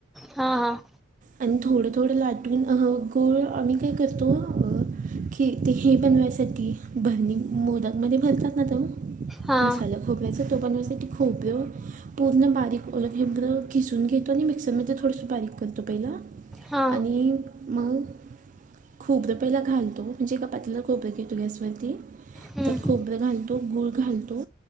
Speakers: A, in the centre; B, on the right (about 40°).
A: हा, हा.
B: आणि थोडं -थोडं लाटून अ, गूळ आम्ही काय करतो अ की ते हे बनवायसाठी, भरणी मोलांमध्ये भरतात ना एकदम
A: हा
B: मसाला खोबऱ्याच तो बनवायसाठी खोबर. पूर्ण बारीक ओलं खोबरं किसून घेतो नि आणि मिक्सरमध्ये थोडसं बारीक तो पहिला
A: हा
B: आणि मग खोबरं पहिला घालतो, म्हणजे एक पातेलात खोबरं घेतो गॅस वर.
A: हम्म
B: त्यात खोबरं घालतो, गूळ घालतो,